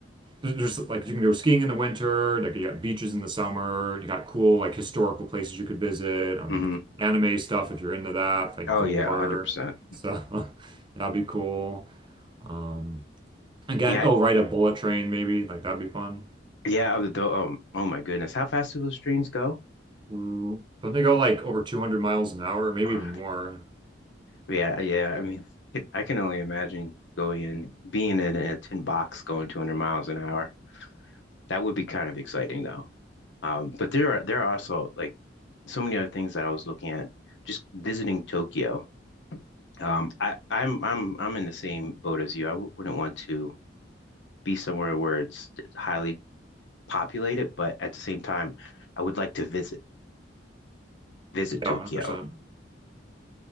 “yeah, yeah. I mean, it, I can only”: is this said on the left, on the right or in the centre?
Left